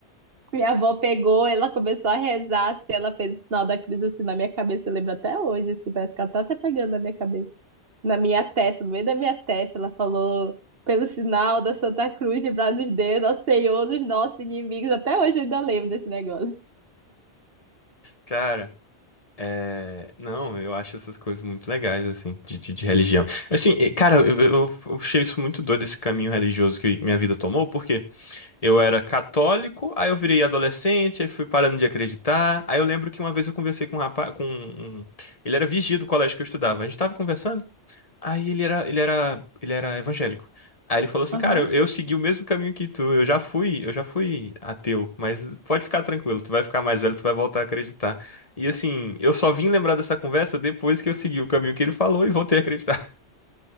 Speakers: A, on the right (about 60°); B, on the left (about 35°).
A: Minha avó pegou, ela começou a rezar, assim, ela fez o sinal da cruz assim na minha cabeça, eu lembro até hoje, assim, parece que ela tá até pegando na minha cabeça, na minha testa, no meio da minha testa, ela falou, pelo sinal da Santa Cruz, livrar nos deus, nosso Senhor, dos nossos inimigos, até hoje eu ainda lembro desse negócio.
B: Cara, é... Não, eu acho essas coisas muito legais, assim, de, de, de religião. Assim, eh, cara, eu, eu, eu achei isso muito doido, esse caminho religioso que minha vida tomou, porque eu era católico, aí eu virei adolescente, aí fui parando de acreditar. Aí eu lembro que uma vez eu conversei com um rapaz, com um... um, Ele era vigia do colégio que eu estudava. A gente tava conversando, Aí ele era, ele era, ele era evangélico. Aí ele falou assim,
A: Aham.
B: cara, eu, eu segui o mesmo caminho que tu, eu já fui, eu já fui ateu, mas pode ficar tranquilo, tu vai ficar mais velho, tu vai voltar a acreditar. E assim, eu só vim lembrar dessa conversa depois que eu segui o caminho que ele falou e voltei a acreditar.